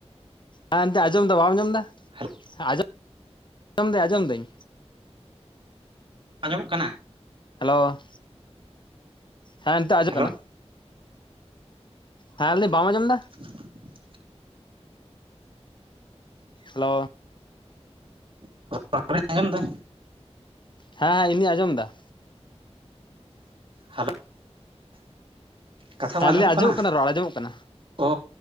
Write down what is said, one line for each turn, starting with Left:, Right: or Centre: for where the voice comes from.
Left: ᱦᱮᱸ ᱮᱱᱛᱜ ᱟᱸᱡᱚᱢ ᱫᱟ, ᱵᱟᱢ ᱟᱸᱡᱚᱢ ᱫᱟ
Right: ᱦᱮᱞᱳ
Left: ᱟᱸᱡᱚᱢ ᱟᱸᱡᱚᱢᱟᱹᱧ ᱟᱸᱡᱚᱢ ᱫᱟᱹᱧ᱾
Right: ᱟᱸᱡᱚᱢᱚᱜ ᱠᱟᱱᱟ,
Left: ᱦᱮᱞᱳ ᱦᱮᱸ ᱱᱤᱛᱚᱜ ᱟᱡᱚᱢᱚᱜ
Right: ᱦᱮᱞᱳ
Left: ᱠᱟᱱᱟ᱾ ᱦᱮᱸ ᱞᱟᱹᱭ ᱫᱤᱧ ᱵᱟᱢ ᱟᱸᱡᱚᱢ ᱫᱟ?
Right: <inaudible>
Left: ᱦᱮᱞᱳ,
Right: <unintelligible> ᱟᱸᱡᱚᱢ ᱫᱟ
Left: ᱦᱮᱸ ᱦᱮᱸ ᱤᱧᱫᱚᱧ ᱟᱸᱡᱚᱢ ᱫᱟ,
Right: ᱦᱮᱞᱳ, ᱠᱟᱛᱷᱟ ᱵᱟᱝ
Left: ᱦᱮᱸ
Right: ᱟᱸᱡᱚᱢᱚᱜ
Left: ᱞᱟᱹᱭ
Right: ᱠᱟᱱᱟ
Left: ᱨᱚᱲ ᱟᱸᱡᱚᱢᱚᱜ ᱠᱟᱱᱟ
Right: ᱚᱻ